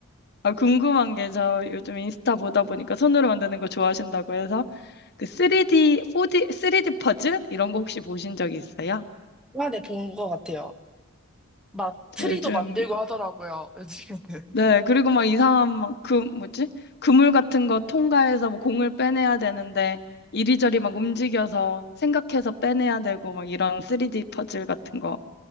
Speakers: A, on the left (about 50°); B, in the centre.
A: 아, 궁금한 게 저 요즘 인스타 보다 보니까 손으로 만드는 거 좋아하신다고 해서 그 3D, 4D, 3D 퍼즐 이런 거 혹시 보신 적 있어요?
B: 많이 본것 같아요 막
A: 저
B: 트리도
A: 요즘
B: 만들고 하더라고요 요즘에는 <laughs>
A: 네, 그리고 막 이상한 막 그 뭐지? 그물 같은 거 통과해서 뭐 공을 빼내야 되는데 이리저리 막 움직여서 생각해서 빼내야 되고 막 이런 3D 퍼즐 같은 거.